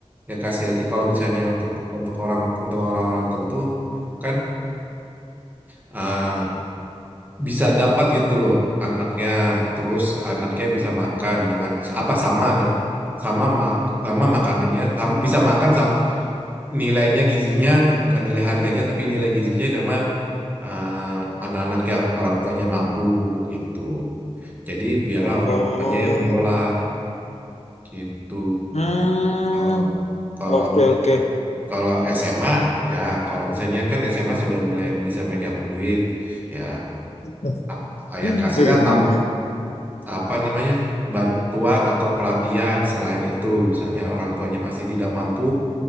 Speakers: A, on the right; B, on the left.
A: ya kasih aja kalau misalnya untuk untuk orang untuk orang-orang tentu kan eh, bisa dapat gitu loh anaknya terus anaknya bisa makan dengan apa sama dengan sama mak sama makanannya sam- bisa makan sama nilainya gizinya bukan nilai harganya tapi nilai gizinya sama eh, anak-anak yang orang tuanya mampu gitu. Jadi biarlah
B: Oh,
A: orang tuanya yang mengelola gitu.
B: hmm,
A: Kalau kalau
B: oke oke.
A: kalau SMA ya kalau misalnya kan SMA sudah mulai bisa megang duit ya
B: <laughs>
A: ap-
B: Hmm,
A: ya kasihlah
B: Pegang
A: tam,
B: duit.
A: apa namanya bantuan atau pelatihan selain itu misalnya orang tuanya masih tidak mampu